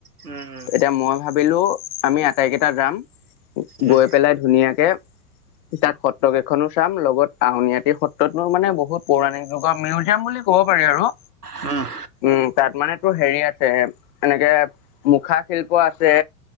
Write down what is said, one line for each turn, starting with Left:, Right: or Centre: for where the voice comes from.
Right: উম উম
Left: এতিয়া মই ভাবিলো আমি আটাইকেইটা যাম
Right: উম,
Left: গৈ পেলাই ধুনীয়াকে পিছাত সত্ৰ কেইখনো চাম লগত আউনিআতি সত্ৰতো মানে বহুত পৌৰাণিক যুগৰ মিউজিয়াম বুলি ক'ব পাৰে আৰু
Right: উম
Left: উম তাত মানে তোৰ হেৰি আছে এনেকে মুখা শিল্প আছে